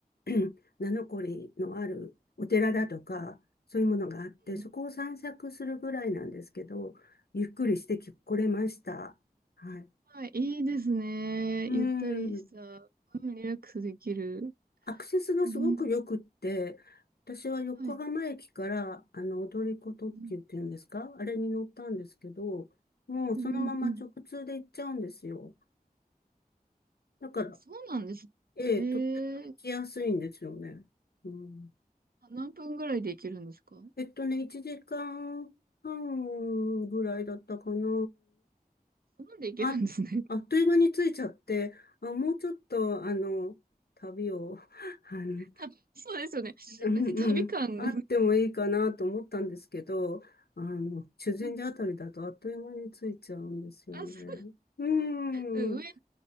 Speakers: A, on the left; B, on the right.
A: <clears throat> 名残のあるお寺だとか、そういうものがあって、
B: うん。
A: そこを散策するぐらいなんですけど、ゆっくりしてき、来れました。はい。
B: はい、いいですね。
A: うん。
B: ゆったりした、うん、リラックスできる。
A: アクセスがすごく良くって、
B: うん、
A: 私は横浜駅から、
B: はい。
A: あの、踊り子特急っていうんですかあれに乗ったんですけど、
B: うん、
A: もうそのまま直通で行っちゃうんですよ。
B: うん、うん。うん
A: だから、
B: そうなんです。
A: ええ、
B: え
A: とっても行きやすいんですよね。
B: ー、
A: うん、
B: あ何分ぐらいで行けるんですかそ
A: えっとね、1時間半ぐらいだったかな。
B: んなんで行けるんですね。
A: あ、あっという間に着いちゃって、あ、もうちょっと、あの、旅を、あの、
B: たそうですよね。
A: うんうん、
B: なんか旅感、
A: あってもいいかなと思ったんですけど、あの、修善寺あたりだとあっという間に着いちゃうんですよね。
B: <laughs> あ、そ
A: うん。
B: う上、上に